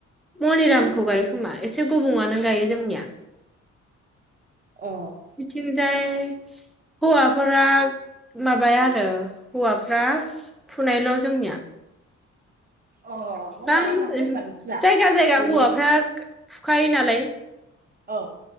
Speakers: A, in the centre; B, on the right (about 30°).
A: मनिरामखौ गायो खोमा एसे गुबुंङानो गायो जोंनिया।
B: अ
A: बिथिनो जाय होवा फोरा माबाया आरो हौवाफ्रा फुनायल जोंनिया।
B: अ मोजाङानो
A: बां
B: माथो
A: जायगा
B: होनबा नोंसिना
A: जायगा
B: बयो
A: हौवाफ्रा फुखायो नालाय।
B: औ